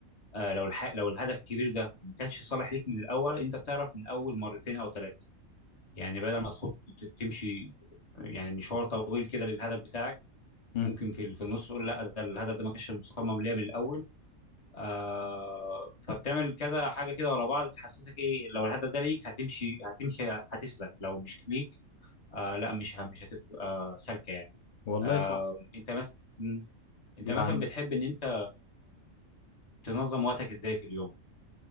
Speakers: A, on the left; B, on the left.
A: آه لو الح... لو الهدف الكبير ده ما كانش صالح ليك من الاول انت بتعرف من اول مرتين او ثلاثة يعني بدل ما تخد تمشي يعني مشوار طويل كده للهدف بتاعك
B: مم.
A: ممكن في في النص تقول لا ده الهدف ده ما كانش مصمم ليا من الاول آه فبتعمل كذا حاجه كده ورا بعض تحسسك ايه لو الهدف ده ليك هتمشي هتمشي هتسلك لو مش ليك آه لا مش ه- مش هتبقى سالكه يعني
B: والله
A: آه،
B: صح
A: انت مثلا مم. انت
B: يعني
A: مثلا بتحب ان انت تنظم وقتك ازاي في اليوم